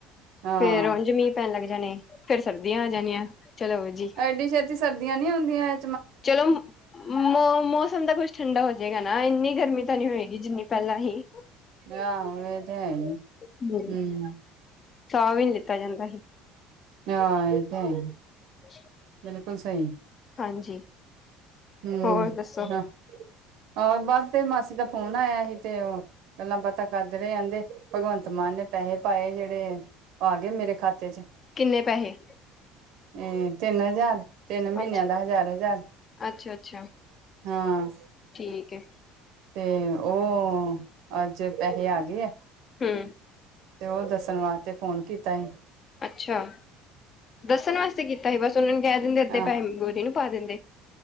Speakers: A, on the right; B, on the left.
A: ਹਾਂ
B: ਫੇਰ, ਉਝ ਮੀਂਹ ਪੈਣ ਲੱਗ ਜਾਣੇ, ਫੇਰ ਸਰਦੀਆਂ ਆ ਜਾਣੀਆਂ, ਚਲੋ ਜੀ
A: ਐਡੀੇ ਛੇਤੀ ਸਰਦੀਆਂ ਨੀ ਆਓਂਦੀਆਂ।
B: ਚਲੋ, ਮੋ, ਮੋ ਮੌਸਮ ਤਾਂ ਕੁਛ ਠੰਡਾ ਹੋ ਜਾਏਗਾ ਨਾ, ਇੰਨੀ ਗਰਮੀ ਤਾਂ ਨਹੀਂ ਹੋਏਗੀ ਜਿੰਨੀ ਪਹਿਲਾਂ ਹੀ।
A: ਆਹੋ, ਇਹ ਤੇ ਹੈਈ,
B: ਹਮ
A: ਹੂੰ
B: ਸਾਹ ਵੀ ਨੀ ਲਿੱਤਾ ਜਾਂਦਾ ਸੀ।
A: ਹਾਂ, ਇਹ ਤਾਂ ਹੈ।
B: ਹ <inaudible>
A: ਬਿਲਕੁਲ ਸਹੀ।
B: ਹਾਂਜੀ।
A: ਹੂੰ,
B: ਹੋਰ ਦੱਸੋ
A: ਹੋਰ ਬਸ ਤੇਰੀ ਮਾਸੀ ਦਾ ਫੋਨ ਆਇਆ ਸੀ, ਤੇ ਉਹ ਗੱਲਾਂ ਬਾਤਾਂ ਕਰਦੇ ਰਹੇ, ਆਂਦੇ ਭਗਵੰਤ ਮਾਨ ਨੇ ਪੈਹੇ ਪਾਏ ਜਿਹੜੇ ਆ ਗਏ ਮੇਰੇ ਖਾਤੇ'ਚ।
B: ਕਿੰਨੇ ਪੈਹੇ?
A: ਇਹ ਤਿੰਨ-ਹਜ਼ਾਰ, ਤਿੰਨ ਮਹੀਨਿਆਂ
B: ਅੱਛਾ
A: ਦਾ ਹਜ਼ਾਰ-ਹਜ਼ਾਰ।
B: ਅੱਛਾ- ਅੱਛਾ।
A: ਹਾਂ।
B: ਠੀਕ ਏ,
A: ਤੇ ਉਹ ਅੱਜ ਪੈਸੇ ਆ ਗਏ ਆ।
B: ਹੂੰ
A: ਤੇ, ਉਹ ਦੱਸਣ ਵਾਸਤੇ ਫੋਨ ਕੀਤਾ ਈ।
B: ਅੱਛਾ। ਦੱਸਣ ਵਾਸਤੇ ਕੀਤਾ ਸੀ, ਬਸ ਉਹਨਾਂ ਨੂੰ ਕਹਿ ਦਿੰਦੇ ਅੱਧੇ
A: ਆਹ
B: ਪੈਹੇ ਗੋਰੀ ਨੂੰ ਪਾ ਦਿੰਦੇ।